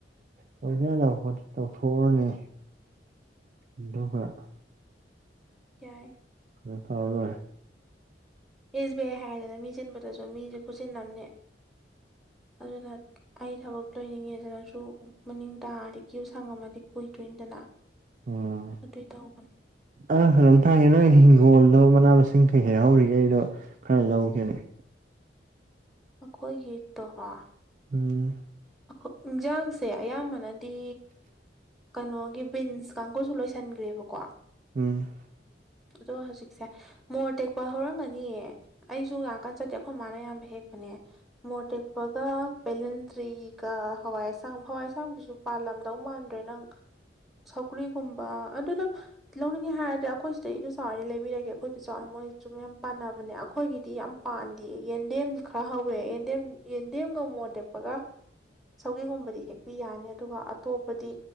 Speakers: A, on the right (about 45°); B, in the centre.
A: ꯇꯧꯖ ꯌꯥꯗꯕ ꯈꯣꯠꯇ ꯇꯧꯊꯣꯛꯎꯔꯅꯤ ꯑꯗꯨꯒꯍ
B: ꯌꯥꯏ
A: ꯎꯝ ꯐꯥꯎ ꯂꯔꯦ
B: ꯑꯦꯁ ꯕꯤ ꯑꯥꯏ ꯍꯥꯏꯔꯗꯅ ꯃꯤ ꯆꯤꯟꯕꯗꯁꯨ ꯃꯤꯁꯨ ꯈꯨꯠꯆꯤꯟꯑꯃꯅꯤ ꯑꯗꯨꯅ ꯑꯩ ꯊꯕꯛ ꯂꯣꯏꯅꯤꯡꯉꯦꯗꯅꯁꯨ ꯃꯅꯤꯡ ꯇꯥꯔꯗꯤ ꯀ꯭ꯌꯨ ꯁꯥꯡ ꯑꯝꯃꯗꯤ ꯀꯨꯏꯗꯣꯏꯅꯤꯗꯅ
A: ꯎꯝ
B: ꯑꯩ ꯇꯧꯕꯒꯅꯤ
A: ꯑ ꯀꯩꯅ‌ꯣꯝꯇ ꯍꯪꯒ‌ꯦ ꯅꯣꯏ ꯍꯤꯡꯒꯣꯜꯗꯣ ꯃꯅꯥ ꯃꯁꯤꯡ ꯀꯔꯤ-ꯀꯔꯤ ꯍꯧꯔꯤꯒꯦ ꯑꯩꯗꯣ ꯈꯔ ꯂꯧꯒꯦꯅ‌ꯦ
B: ꯑꯩꯈꯣꯏꯒꯤ ꯇꯣꯍꯥ
A: ꯎꯝ
B: ꯑꯩꯈꯣꯏ ꯏꯟꯁꯥꯡꯁꯦ ꯑꯌꯥꯝꯕꯅꯗꯤ ꯀꯩꯅꯣꯒꯤ ꯕꯤꯟꯁ ꯀꯥꯡꯕꯨꯨꯁꯨ ꯂꯣꯏꯁꯟꯈ꯭ꯔꯦꯕꯀꯣ
A: ꯎꯝ
B: ꯑꯗ‌ꯣ ꯍꯧꯖꯤꯛꯁꯦ ꯃꯣꯔ ꯇꯦꯛꯄ ꯍꯧꯔꯝꯒꯅꯤꯌꯦ ꯑꯩꯁꯨ ꯌꯥꯝ ꯀꯟ ꯆꯠꯇꯦ ꯑꯩꯈꯣꯏ ꯃꯥꯅ ꯑꯌꯥꯝꯕ ꯍꯦꯛꯄꯅꯦ ꯃꯣꯇꯦꯛ ꯄꯒ ꯕ‌ꯦꯂꯟꯗ꯭ꯔꯤ ꯍꯋꯥꯏ ꯑꯁꯥꯡ ꯍꯋꯥꯏ ꯑꯁꯥꯡꯗꯨꯁꯨ ꯄꯥꯜꯂꯝꯗꯧ ꯃꯥꯟꯗ꯭ꯔꯦ ꯅꯪ ꯁꯧꯒ꯭ꯔꯤꯒꯨꯝꯕ ꯑꯗꯨꯅ ꯂꯧꯅꯤꯡꯉꯦ ꯍꯥꯏꯔꯗꯤ ꯑꯩꯈꯣꯏ ꯁꯤꯗꯁꯨ ꯆꯥꯎꯔꯦ ꯂꯩꯕꯤꯔꯒꯦ ꯑꯩꯈꯣꯏꯗ ꯆꯥꯎꯋꯦ ꯃꯣꯏ ꯁꯨꯝ ꯌꯥꯝ ꯄꯥꯟꯅꯕꯅꯦ ꯑꯩꯈꯣꯏꯒꯤꯗꯤ ꯌꯥꯝ ꯄꯥꯟꯗꯤꯌꯦ ꯌꯦꯟꯗꯦꯝ ꯈꯔ ꯍꯧꯋꯦ ꯌꯦꯟꯗꯦꯝ ꯌꯦꯟꯗꯦꯝꯒ ꯃꯣꯔ‌ꯣꯛ ꯑꯇꯦꯛꯄꯒ ꯁꯧꯒꯤꯒꯨꯝꯕꯗꯤ ꯍꯦꯛꯄꯤ ꯌꯥꯅꯤ ꯑꯗꯨꯒ ꯑꯇꯣꯞꯄꯗꯤ